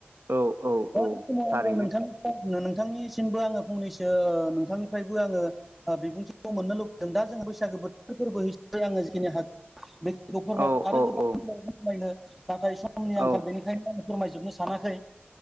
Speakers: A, on the right; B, in the centre.
A: औ औ
B: <unintelligible>
A: औ
B: नोंथांनिसिमबो
A: थारैनो
B: आङो फंनैसो नों थांनिफ्रायबो आङो ओ बिबुंथिखौ मोननो लुबैदों दा जों बैसागो बोथोर फोर्बो <inaudible> आङो जिखिनि हाग <unintelligible>
A: औ औ औ
B: नाथाय समनि आंखाल
A: औ
B: बेनिखायनो आं फोरमायजोबनो सानाखै